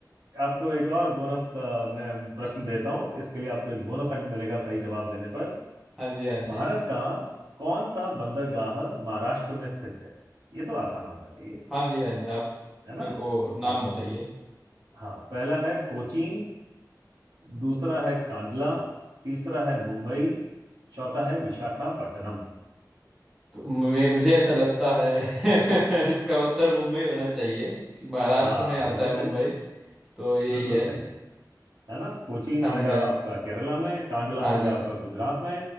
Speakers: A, on the right; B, in the centre.
A: आपको एक और बोनस अ, मैं प्रश्न देता हूँ इसके लिए आपको एक बोनस अंक मिलेगा सही जवाब देने पर
B: जी हाँ जी
A: भारत का कौन सा बंदरगाह महाराष्ट्र में स्थित है ये तो आसान होना चाहिए
B: हाँ जी हाँ जी आप
A: है ना
B: मेरे को नाम
A: हाँ
B: बताइए
A: हाँ पहला है कोचीन दूसरा है कांडला तीसरा है मुंबई चौथा है विशाखापट्टनम
B: तो मैं मुझे ऐसा लगता है <laughs> इसका उत्तर मुंबई होना चाहिए कि महाराष्ट्र
A: हाँ
B: में आता
A: बिल्कुल
B: है मुंबई
A: सही
B: तो यही
A: बिल्कुल
B: है
A: सही है ना कोचीन
B: हाँ
A: आएगा
B: जी हाँ जी
A: आपका केरला में कांडला
B: हाँ
A: आएगा
B: जी
A: आपका गुजरात में